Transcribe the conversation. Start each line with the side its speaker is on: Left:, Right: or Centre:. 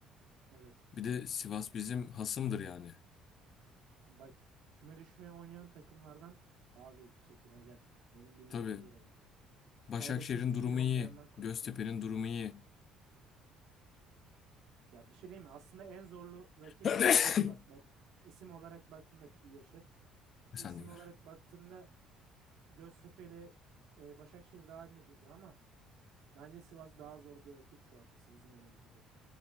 Right: Evet.
Left: Bir de Sivas bizim hasımdır yani.
Right: Bak küme düşmeye oynayan takımlardan abi çekineceksin. Benim bildiğim
Left: Tabii
Right: budur yani.
Left: Başakşehir'in
Right: Kaybedecek bir
Left: durumu
Right: şey olmayandan
Left: iyi.
Right: korkacaksın.
Left: Göztepe'nin durumu iyi.
Right: Ya bir şey değil mi? Aslında en zorlu rakip
Left: E
Right: sizde Sivas. Bak isim olarak baktığında iyi yaşı.
Left: Sen
Right: İsim
Left: de gör.
Right: olarak baktığında Göztepe ile e, Başakşehir daha önde duruyor ama bence Sivas daha zor bir rakip şu anda sizin önünüzde.